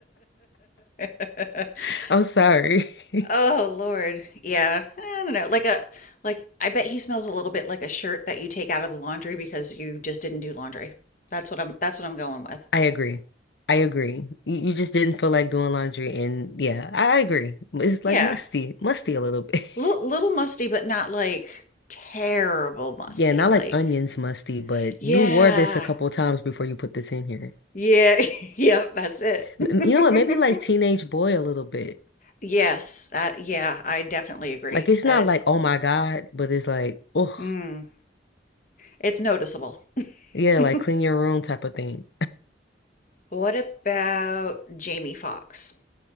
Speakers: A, on the left; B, on the left.
A: <laughs>
B: <laughs> I'm sorry. <laughs>
A: Oh Lord. Yeah. I don't know. Like a like I bet he smells a little bit like a shirt that you take out of the laundry because you just didn't do laundry. That's what I'm that's what I'm going with.
B: I agree. I agree. You, you just didn't feel like doing laundry, and yeah, I I agree. It's
A: Yeah.
B: like musty, musty a little bit. <laughs>
A: L little musty but not like terrible musty.
B: Yeah, not
A: Like
B: like onions musty, but
A: yeah.
B: you wore this a couple times before you put this in here.
A: Yeah. <laughs> Yep, that's it. <laughs>
B: M- You know what? Maybe like teenage boy a little bit.
A: Yes. That yeah, I definitely agree.
B: Like it's
A: That
B: not
A: it
B: like oh my God, but it's like oh
A: mm, it's noticeable.
B: yeah,
A: <laughs>
B: like clean your room type of thing.
A: What about Jamie Foxx?